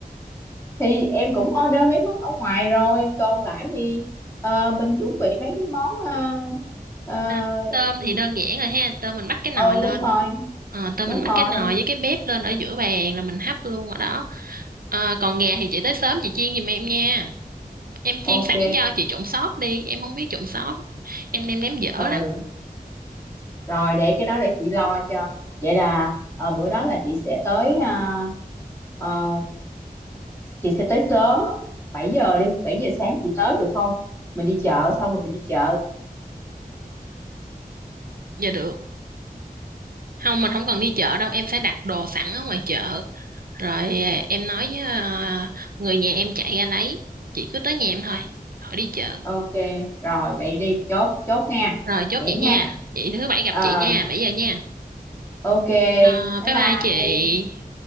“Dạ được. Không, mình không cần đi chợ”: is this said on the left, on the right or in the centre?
Right